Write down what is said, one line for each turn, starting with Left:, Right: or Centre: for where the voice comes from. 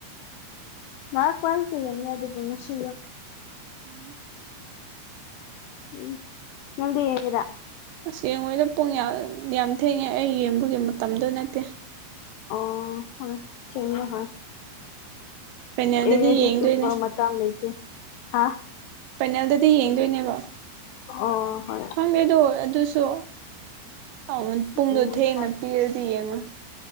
Left: ꯃꯥ ꯃꯥꯇ ꯌꯦꯡꯉꯦ ꯑꯗꯨ ꯁꯤ
Right: ꯑꯣ
Left: ꯎꯝ ꯅꯪꯗꯤ ꯌꯦꯒꯔꯥ
Right: ꯑꯁ ꯌꯦꯡꯉꯣꯏꯗ ꯄꯨꯡ ꯌꯥꯝ ꯌꯥꯝ ꯊꯦꯡꯉꯦ ꯑꯩ ꯌꯦꯡꯕꯒꯤ ꯃꯇꯝꯗ ꯅꯠꯇꯦ
Left: ꯑꯣ ꯍ ꯆꯅꯤ ꯍ
Right: ꯐꯥꯏꯅꯦꯜꯗꯗꯤ
Left: ꯌꯦꯡꯉꯗꯤ
Right: ꯌꯦꯡꯗꯣꯏꯅꯦ
Left: ꯇꯨꯝꯕ ꯃꯇꯥꯡ ꯂꯩꯇꯦ ꯍꯥ
Right: ꯄꯥꯏꯅꯦꯜꯗꯗꯤ ꯌꯦꯡꯗꯣꯏꯅꯦꯕ
Left: ꯑꯣ ꯍ
Right: ꯃꯗꯣ ꯑꯗꯨꯁꯨ ꯑꯃꯨꯛ ꯄꯨꯡꯗꯣ
Left: ꯎꯝ
Right: ꯊꯦꯡꯅ ꯄꯤꯔꯗꯤ ꯌꯦꯡꯉꯣꯏ